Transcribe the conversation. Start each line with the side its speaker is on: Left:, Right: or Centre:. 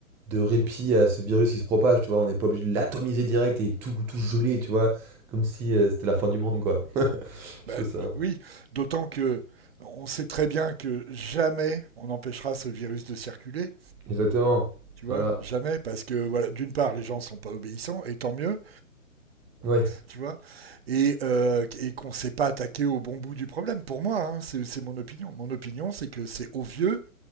Centre: de répit à ce virus qui se propage, tu vois. On n'est pas obligé de l'atomiser direct et tout, tout geler, tu vois. Comme si euh, c'était la fin du monde, quoi.
Right: Bah,
Centre: Je trouve ça.
Right: oui, d'autant que on sait très bien que jamais on empêchera ce virus de circuler.
Centre: Exactement.
Right: tu vois,
Centre: Voilà.
Right: jamais, parce que voilà, d'une part, les gens sont pas obéissants, et tant mieux,
Centre: Oui,
Right: tu vois, et, euh, et qu'on s'est pas attaqué au bon bout du problème. Pour moi, hein, c'est c'est mon opinion. Mon opinion, c'est que c'est aux vieux